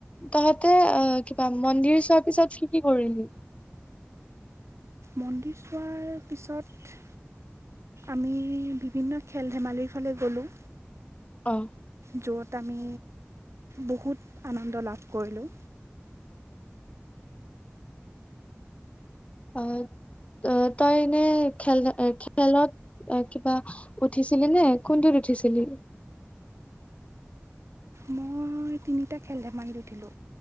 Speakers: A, on the left (about 30°); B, on the right (about 80°).
A: তহঁতে অঁ, কিবা মন্দিৰ চোৱাৰ পিছত কি কৰিলি?
B: মন্দিৰ চোৱাৰ পিছত আমি বিভিন্ন খেল ধেমালিৰ ফালে গ'লোঁ।
A: অঁ'
B: য'ত আমি বহুত আনন্দ লাভ কৰিলোঁ।
A: অঁ, তই এনে খেল-খেলত আঁহ কিবা উঠিছিলি নে কোনটোত উঠিছিলি?
B: মই তিনিটা খেল ধেমালি উঠিলো